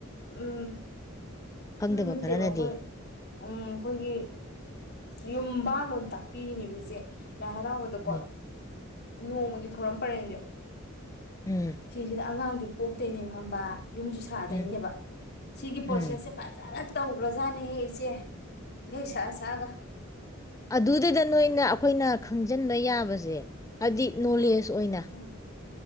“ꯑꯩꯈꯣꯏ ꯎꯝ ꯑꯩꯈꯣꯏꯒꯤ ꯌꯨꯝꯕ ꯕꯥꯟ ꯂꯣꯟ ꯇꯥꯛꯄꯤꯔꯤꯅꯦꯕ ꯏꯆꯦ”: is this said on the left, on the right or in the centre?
Left